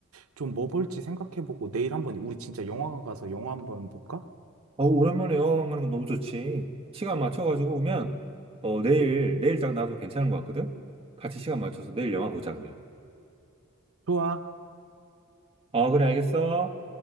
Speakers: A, on the right; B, on the right.
A: 좀 뭐 볼지 생각해보고, 내일 한번 우리 진짜 영화관 가서 영화 한번 볼까?
B: 어 오랜만에 영화관 가는 거 너무 좋지. 시간 맞춰가지고 오면, 어, 내일, 내일 딱 나도 괜찮은 것 같거든? 같이 시간 맞춰서 내일 영화 보자, 그러면.
A: 좋아.
B: 어, 그래, 알겠어.